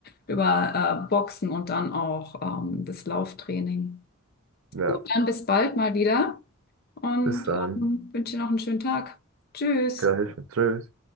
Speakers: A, on the left (about 45°); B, on the right (about 75°).
A: über äh, Boxen und dann auch ähm, das Lauftraining.
B: Ja.
A: Gut, dann bis bald mal wieder und
B: Bis dann.
A: ähm, wünsche dir noch einen schönen Tag. Tschüss.
B: Gleich mit Tschüss.